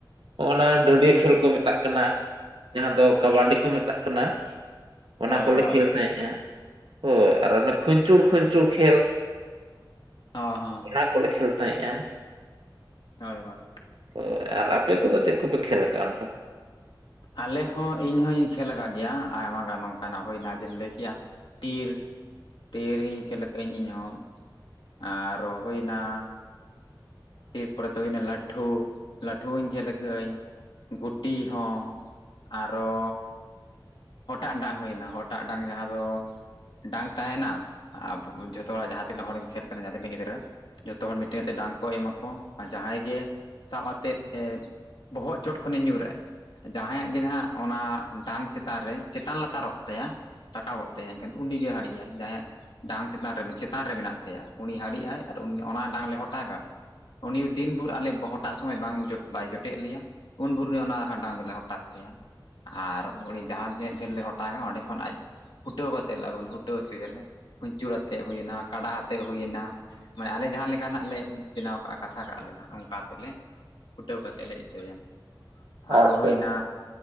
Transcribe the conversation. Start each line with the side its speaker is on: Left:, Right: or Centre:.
Right: ᱚᱱᱟ ᱰᱟᱹᱰᱤᱭᱟᱹ ᱠᱷᱮᱞ ᱠᱚ ᱢᱮᱛᱟᱜ ᱠᱟᱱᱟ ᱡᱟᱦᱟᱸ ᱫᱚ ᱠᱟᱵᱟᱰᱤ ᱠᱚ ᱢᱮᱛᱟᱜ ᱠᱟᱱᱟ᱾ ᱚᱱᱟ
Left: ᱦᱳᱭ
Right: ᱠᱚᱞᱮ
Left: ᱦᱳᱭ
Right: ᱠᱷᱮᱞ ᱛᱟᱦᱮᱸᱫᱼᱟ ᱦᱳᱭ ᱟᱨ ᱚᱱᱟ ᱠᱷᱩᱧᱪᱩᱲ ᱠᱷᱩᱧᱪᱩᱲ ᱠᱷᱮᱞ᱾
Left: ᱦᱚ ᱦᱚ
Right: ᱚᱱᱟ ᱠᱚᱞᱮ ᱠᱷᱮᱞ ᱛᱟᱦᱮᱸᱫᱼᱟ᱾
Left: ᱦᱳᱭ ᱦᱳᱭ
Right: ᱦᱳᱭ ᱟᱨ ᱟᱯᱮ ᱠᱚᱫᱚ ᱪᱮᱫ ᱠᱚᱯᱮ ᱠᱷᱮᱞ ᱟᱠᱟᱫᱼᱟ ᱚᱱᱠᱟ?
Left: ᱟᱞᱮ ᱦᱚᱸ ᱤᱧ ᱦᱚᱸᱧ ᱠᱷᱮᱞ ᱟᱠᱟᱫ ᱜᱮᱭᱟ ᱟᱭᱢᱟ ᱜᱟᱱ ᱚᱱᱠᱟᱱᱟᱜ ᱦᱩᱭᱱᱟ ᱡᱮᱢ ᱞᱟᱹᱭ ᱠᱮᱜᱼᱟ ᱴᱤᱨ᱾ ᱴᱤᱨ ᱤᱧ ᱠᱷᱮᱞ ᱟᱠᱟᱫᱟ ᱤᱧᱦᱚᱸ᱾ ᱟᱨ ᱨᱚ ᱦᱚᱱᱟ ᱮᱨ ᱯᱚᱨᱮ ᱫᱚ ᱦᱩᱭᱱᱟ ᱞᱟᱹᱴᱷᱩ ᱞᱟᱹᱴᱷᱩ ᱦᱚᱸᱧ ᱠᱷᱮᱞ ᱠᱟᱹᱜ-ᱟᱹᱧ, ᱜᱩᱴᱤ ᱦᱚᱸ ᱾ ᱟᱨᱚ ᱦᱚᱴᱟᱜ ᱰᱟᱝ ᱦᱩᱭᱱᱟ, ᱦᱚᱴᱟᱜ ᱰᱟᱝ ᱡᱟᱦᱟᱸ ᱫᱚ ᱰᱟᱝ ᱛᱟᱦᱮᱱᱟ ᱟ ᱡᱷᱚᱛᱚ ᱦᱚᱲᱟᱜ ᱡᱟᱦᱟᱸ ᱛᱤᱱᱟᱹᱜ ᱦᱚᱲᱮᱢ ᱠᱷᱮᱞ ᱠᱟᱱᱟ ᱡᱟᱦᱟᱸ ᱛᱤᱱᱟᱹᱜ ᱜᱤᱫᱽᱨᱟᱹ ᱡᱚᱛᱚ ᱦᱚᱲ ᱢᱤᱫᱴᱮᱱ ᱠᱟᱛᱮᱫ ᱰᱟᱝ ᱠᱚ ᱮᱢᱟ ᱠᱚ ᱟᱨ ᱡᱟᱦᱟᱸᱭ ᱜᱮ ᱥᱟᱵ ᱟᱛᱮᱫ ᱮ ᱵᱚᱦᱚᱜ ᱪᱚᱴ ᱠᱷᱚᱱᱮ ᱧᱩᱨᱟᱭ ᱡᱟᱦᱟᱸᱭᱟᱜ ᱜᱮ ᱱᱟᱦᱟᱜ ᱚᱱᱟ ᱰᱟᱝ ᱪᱮᱛ ᱛᱟᱱ ᱨᱮ ᱪᱮᱛᱟᱱ ᱞᱟᱛᱟᱨᱚᱜ ᱛᱟᱭᱟ ᱨᱟᱠᱟᱵᱚᱜ ᱛᱟᱭᱟ ᱮᱱᱠᱷᱟᱱ ᱩᱱᱤᱜᱭ ᱦᱟᱹᱲᱤᱡ ᱟᱭ ᱡᱟᱦᱟᱸᱭᱟᱜ ᱰᱟᱝ ᱪᱮᱛᱟᱱ ᱨᱮ ᱨᱮ ᱢᱮᱱᱟᱜ ᱛᱟᱭᱟ ᱩᱱᱤ ᱦᱟᱹᱰᱤᱜ ᱟᱭ, ᱟᱨ ᱩᱱᱤ ᱚᱱᱟ ᱰᱟᱝ ᱞᱮ ᱦᱚᱴᱟᱜᱟ ᱩᱱᱤ ᱛᱤᱱ ᱵᱷᱳᱨ ᱟᱞᱮ ᱦᱚᱴᱟᱜ ᱥᱚᱢᱚᱭ ᱵᱟᱝ ᱵᱟᱭ ᱡᱚᱴᱮᱫ ᱞᱮᱭᱟ ᱩᱱ ᱵᱷᱚᱨ ᱩᱱᱤ ᱚᱱᱟ ᱦᱟ ᱰᱟᱝ ᱫᱚᱞᱮ ᱦᱚᱴᱟᱜ ᱛᱟᱭᱟ, ᱟᱨ ᱩᱱᱤ ᱡᱟᱦᱟᱸ ᱛᱤᱱᱟᱹᱜ ᱡᱷᱟᱹᱞ ᱞᱮ ᱦᱚᱴᱟᱜᱟ ᱚᱸᱰᱮ ᱠᱷᱚᱱ ᱟᱡ ᱦᱩᱴᱟᱹᱣ ᱠᱟᱛᱮᱫ ᱞᱮ ᱟᱜᱩ ᱢᱟᱱᱮ ᱦᱩᱴᱟᱹᱣ ᱦᱚᱪᱚᱭᱟᱞᱮ ᱠᱷᱩᱧᱪᱩᱨ ᱟᱛᱮᱫ ᱦᱩᱭᱮᱱᱟ, ᱠᱟᱰᱟ ᱟᱛᱮᱫ ᱦᱩᱭᱱᱟ ᱢᱟᱱᱮ ᱟᱞᱮ ᱡᱟᱦᱟᱸ ᱞᱮᱠᱟ ᱱᱟᱜ ᱞᱮ ᱵᱮᱱᱟᱣ ᱠᱟᱜᱼᱟ ᱠᱟᱛᱷᱟ ᱠᱟᱜᱼᱟ ᱞᱮ ᱚᱱᱠᱟ ᱟᱛᱮᱜ ᱞᱮ ᱦᱩᱴᱟᱹᱣ ᱠᱟᱛᱮᱫ ᱞᱮ ᱦᱚᱪᱚᱭᱟ, ᱟᱨᱚ
Right: ᱟᱪᱪᱷᱟ
Left: ᱦᱩᱭᱱᱟ